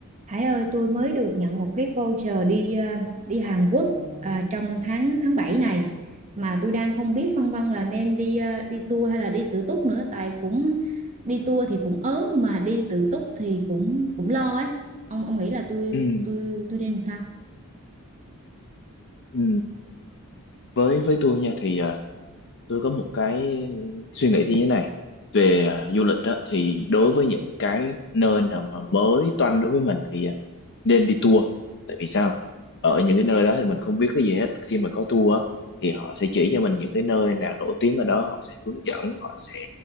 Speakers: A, on the right; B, on the left.
A: Hải ơi, tôi mới được nhận một cái voucher đi ờ, đi Hàn Quốc à, trong tháng tháng 7 này mà tôi đang không biết phân vân là nên đi ờ, đi tour hay là đi tự túc nữa tại cũng đi tour thì cũng ớn mà đi tự túc thì cũng cũng lo ấy. Ông ông nghĩ là tôi
B: Ừ,
A: tôi tôi nên sao?
B: ừ. Với với tôi nha thì ờ, tôi có một cái suy nghĩ như thế này về à, du lịch đó, thì đối với những cái nơi nào mà mới toanh đối với mình thì à, nên đi tour tại vì sao ở những cái nơi đó thì mình không biết cái gì hết khi mà có tour á, thì họ sẽ chỉ cho mình những cái nơi nào nổi tiếng ở đó họ sẽ hướng dẫn họ sẽ